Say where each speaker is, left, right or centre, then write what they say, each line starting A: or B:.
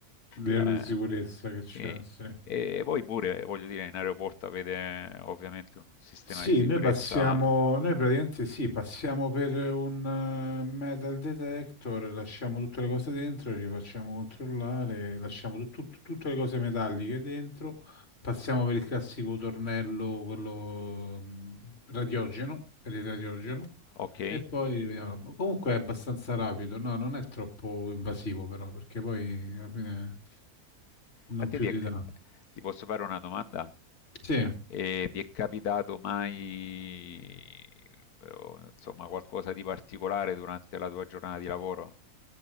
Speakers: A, on the left; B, on the left.
A: Livello
B: Eh,
A: di sicurezza che
B: sì.
A: c'è, sì.
B: E poi pure, voglio dire, in aeroporto avete ovviamente un sistema
A: Sì,
B: di sicurezza
A: noi passiamo, noi praticamente sì, passiamo per un eh, metal detector, lasciamo tutte le cose dentro, ci facciamo controllare, lasciamo tut- tut- tutte le cose metalliche dentro, passiamo per il classico tornello, quello mh, radiogeno, per il radiogeno,
B: Okay.
A: e poi vediamo. Ma Comunque è abbastanza rapido, no? Non è troppo invasivo però, perché poi alla fine non
B: A te
A: più
B: ti
A: di
B: è c
A: tanto.
B: ti posso fare una domanda?
A: Sì.
B: Ehm, ti è capitato mai, eh, o insomma, qualcosa di particolare durante la tua giornata di lavoro?